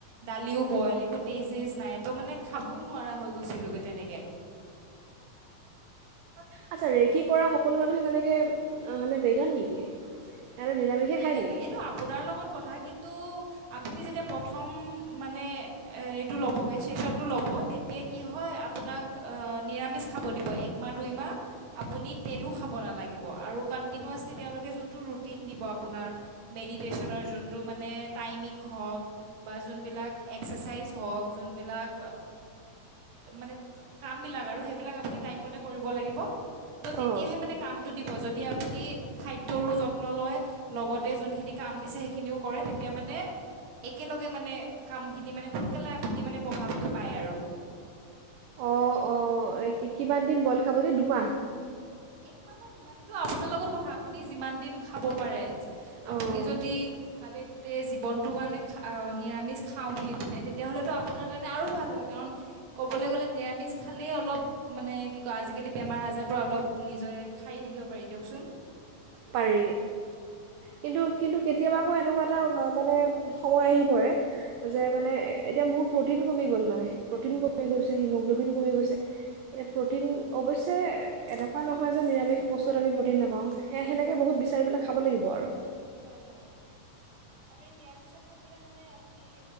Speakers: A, on the right (about 55°); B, on the right (about 80°).
A: দালিও বইল এ একো তেজ জেচ নাই তো মানে খাবও নোৱাৰা হৈ গৈছিলোগে তেনেকে৷
B: আচ্ছা ৰেইকি কৰা সকলো মানুহে এনেকে মানে ভেগান নেকি? সিহঁতে নিৰামিষে
A: ভিগেন
B: খায় নেকি
A: এইটো আপোনালকৰ কথা কিন্তু কিন্তু আপুনি যেতিয়া প্ৰথম মানে এইটো ল'বগৈ চেচনটো ল'ব তেতিয়া কি হয় আপোনাক নিৰামিষ খাব দিব এক মাহ দুই মাহ আপুনি তেলো খাব নালাগিব আৰু কণ্টিনিউাছলি তেওঁলোকে যোনটো ৰুটিন দিব আপ আপোনাৰ মেডিটেশ্যনৰ যোনটো মানে টাইমিং হওক বা যোনবিলাক এক্সাৰচাইজ হওক যোনবিলাক মানে কামবিলাক আৰু সেইবিলাক আপুনি টাইমমতে কৰিব লাগিব ত' তেতিয়াহে
B: অঁ
A: মানে কামটো দিব যদি আপুনি খাদ্যৰো যত্ন লয় লগতে যোনখিনি কাম দিছে সেইখিনিও কৰে তেতিয়া মানে একেলগে মানে কামখিনি মানে সোনকালে আপুনি মানে প্ৰভাৱটো পায় আৰু৷
B: অঁ অঁ কিমান দিন বইল খাব দিয়ে দুমাহ?
A: একমাহ বা দুমাহ সেটো আপোনাৰ লগত কথা আপুনি যিমান দিন খাব পাৰে যি আপুনি
B: অঁ
A: যদি ভাবে গোটেই জীৱনটোৰ কাৰণে খা নিৰামিষ খাওঁ বুলি পিনে তেতিয়াহ'লেতো আপোনাৰ কাৰণে আৰু ভাল হয় কাৰণ ক'বলৈ গ'লে নিৰামিষ খালেই অলপ মানে কি কয় আজিকালি বেমাৰ আজাৰ পৰা অলপ নিজএ খাৰি থাকিব পাৰি দিয়কচোন ৷
B: পাৰি কিন্তু-কিন্তু কেতিয়াব আাকৌ এনেকুৱা এটা মানে সময় আহি পৰে যে মানে এতিয়া মোৰ প্ৰ'টিন কমি গ'ল মানে ৷ প্ৰ'টিন কমি গৈছে হিমোগ্ল'বিন কমি গৈছে এতিয়া প্ৰটিন অৱশ্যে এনেকুৱা নহয় যে নিৰামিষ বস্তুত আমি প্ৰটিন নাপাওঁ সেয় সেনেকে বহুত বিচাৰি পেলাই খাব লাগিব আৰু৷
A: হয়-হয়-হয় আপুনি নিৰামিষত থাকিলে মান নে আপুনি